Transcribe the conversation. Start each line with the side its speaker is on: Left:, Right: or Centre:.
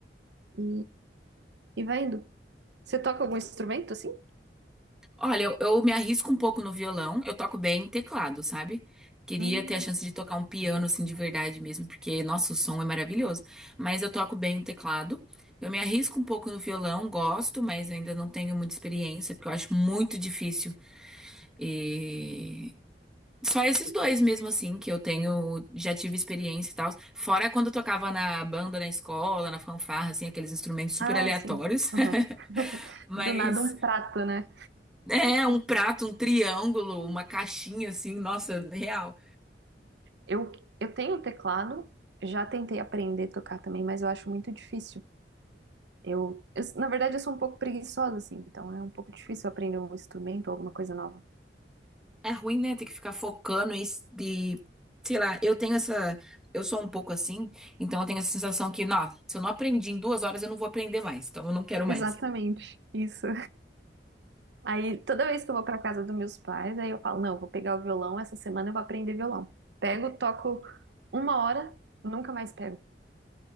Right: E, e vai indo. Você toca algum instrumento, assim?
Centre: Olha, eu, eu me arrisco um pouco no violão, eu toco bem teclado, sabe? Queria
Right: Hum.
Centre: ter a chance de tocar um piano assim de verdade mesmo, porque nossa, o som é maravilhoso. Mas eu toco bem o teclado. Eu me arrisco um pouco no violão, gosto, mas eu ainda não tenho muita experiência, porque eu acho muito difícil. E só esses dois mesmo assim que eu tenho, já tive experiência e tal. Fora quando eu tocava na banda, na escola, na fanfarra, assim, aqueles instrumentos super
Right: Ah,
Centre: aleatórios.
Right: sim. Aham. <laughs>
Centre: <laughs> Mas
Right: Do nada um prato, né?
Centre: é, um prato, um triângulo, uma caixinha assim, nossa, real.
Right: Eu, eu tenho um teclado, já tentei aprender a tocar também, mas eu acho muito difícil. Eu, eu, na verdade, eu sou um pouco preguiçosa, assim, então é um pouco difícil aprender um instrumento ou alguma coisa nova.
Centre: É ruim, né, ter que ficar focando isso de, sei lá, eu tenho essa, eu sou um pouco assim, então eu tenho essa sensação que, não, se eu não aprendi em duas horas, eu não vou aprender mais, então eu não quero mais.
Right: Exatamente, isso. Aí, toda vez que eu vou para casa dos meus pais, aí eu falo, não, eu vou pegar o violão, essa semana eu vou aprender violão. Pego, toco uma hora, nunca mais pego.